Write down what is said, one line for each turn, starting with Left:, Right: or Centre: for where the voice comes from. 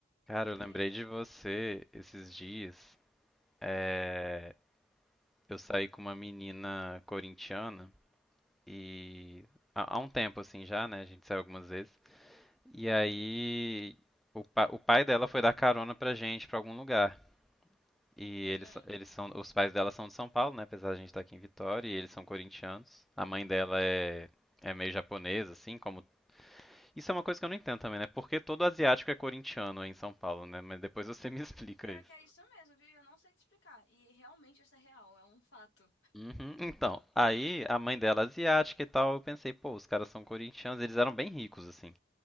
Centre: Cara,
Left: Oiê.
Centre: eu lembrei de você esses dias. É,
Left: Hum.
Centre: Eu saí com uma menina corintiana e há há um tempo assim já, né? A gente saiu algumas vezes. E aí o, pa- o pai dela foi dar carona pra gente pra algum lugar. E eles,
Left: Ah,
Centre: são- eles são, os pais dela são de São Paulo, né? Apesar de a gente estar aqui em Vitória, e eles são corintianos. A mãe dela é, é meio japonesa, assim, como. Isso é uma coisa que eu não entendo também, né? Porque todo asiático é corintiano aí em São Paulo, né? Mas depois você <laughs> me explica
Left: E pior
Centre: isso.
Left: que é isso mesmo, viu? E Eu não sei te explicar. E realmente isso é real, é um fato.
Centre: Uhum. Então, aí a mãe dela é asiática e tal, eu pensei, pô, os caras são corintianos, eles eram bem ricos, assim.